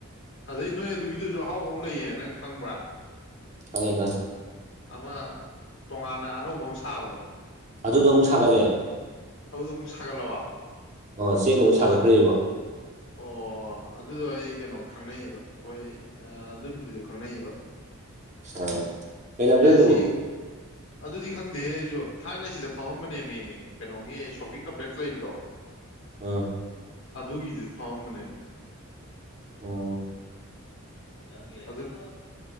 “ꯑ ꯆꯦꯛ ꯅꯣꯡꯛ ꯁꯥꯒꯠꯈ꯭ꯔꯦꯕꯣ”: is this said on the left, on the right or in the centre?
Right